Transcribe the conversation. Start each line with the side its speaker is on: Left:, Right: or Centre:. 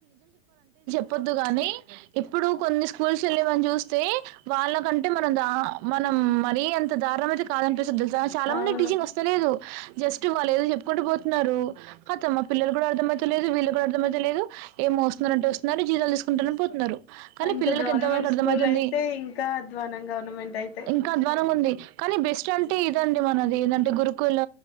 Right: చెపోద్దు కానీ. ఇప్పుడు కొన్ని స్కూల్స్ ఎల్లిగాని చూస్తే. వాళ్ళకంటే మనం దా మన మరీ అంత దారుణమయితే కాదనిపిస్తద్ తెల్సా చాలా
Left: అవును
Right: మంది టీచింగ్ వస్తేలేదు. జస్ట్ వాళ్ళు ఏదో చెప్ కుంటు పోతున్నారు. కథం మా పిల్లలు కూడా అర్థమయితలేదు. వీళ్ళు కూడా అర్థమయితేలేదు, ఏమో వస్తునారంటే వస్తున్నారు. జీతలు తీసుకుంటానే పోతున్నారు. కానీ
Left: ఇంకా
Right: పిల్లలకి
Left: గవర్నమెంట్
Right: ఎంత వరకు అర్థమయితుంది.
Left: స్కూల్ అయితే ఇంకా అధ్వానం గవర్నమెంట్ అయితే
Right: ఇంకా అద్వానంగా ఉంది. కానీ బెస్ట్ అంటే ఇదండి. మనది ఏదంటే గురుకుల